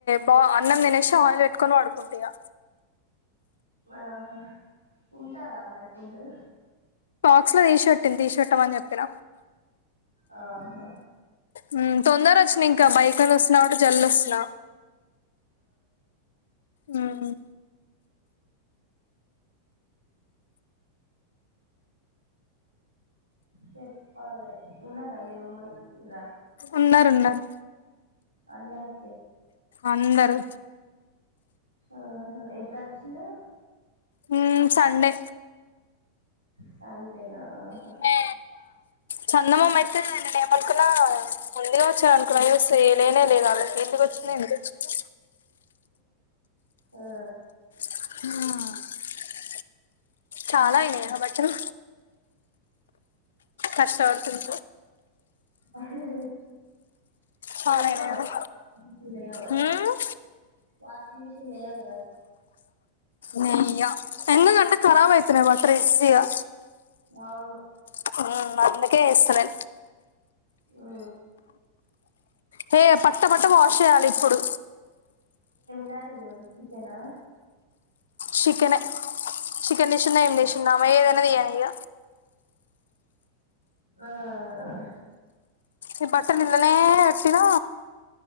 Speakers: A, on the left; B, on the right.
A: బా అన్నం తినేసి ఆయిల్ పెట్టుకొని పడుకుంటా ఇక
B: ఆహా ఉంటాదా మరి ఫుడ్?
A: బాక్స్ లో తీసి పెట్టింది తీసి పెట్టమని చెప్పినా
B: ఆహా
A: మ్మ్ తొందర ఇంకా బైకు అని వస్తున్నా కాబట్టి జల్దీ వస్తున్న మ్మ్
B: చెప్పాలే ఉన్నారా మీరు మొన్న ఉన్నట్టుగా
A: ఉన్నారు ఉన్నారు
B: అందరం
A: అందరు
B: ఆహ ఎప్పుడు అచ్చిండు?
A: హ్మ్మ్ సండే
B: సన్ <unintelligible> గా ఆహా
A: ఈమె చందమామ అయితే నేనేమనుకున్నా ముందుగా వచ్చా అనుకున్నా యూస్ చేయ్ లేనేలేదు ఆళ్లకి ఎందుకొచ్చిందో ఎందుకొచ్చిందొ.
B: ఆ
A: ఆ చాలా అయినయా బట్టలు? కష్టపడుతుంది
B: అహ్హ్హ్
A: చాలా
B: పిండుతావు
A: అయినాయా
B: గ <inaudible> లేవు గద.
A: ఉమ్,
B: వాషింగ్ మిషన్ లెయ్యాలి కదా.
A: నె ఎయ్య ఎందుకంటే ఖరాబ్ అయితనై బట్టలు ఇజ్సీగా.
B: అవును
A: <unintelligible> కే ఏస్తలే.
B: ఆ
A: హే పట్టపట్ట వాష్ చేయాలి ఇప్పుడు.
B: కర్రి ఈరోజు చికెనా?
A: చికెనే, చికెన్ చేషిందో ఎం చేషిందో ఆమె ఏదన్న తీయనీ ఇగ.
B: ఆ ఆహ్
A: ఈ బట్టలు నిన్ననే ఎట్టినా